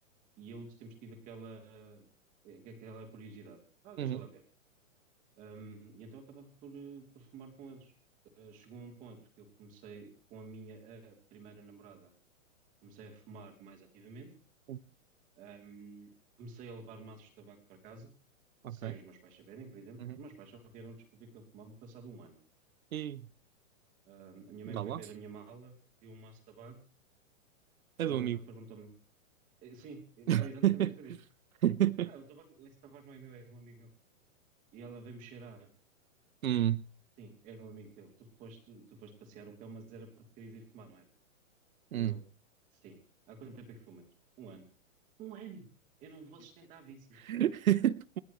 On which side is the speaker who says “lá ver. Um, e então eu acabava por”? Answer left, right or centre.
Right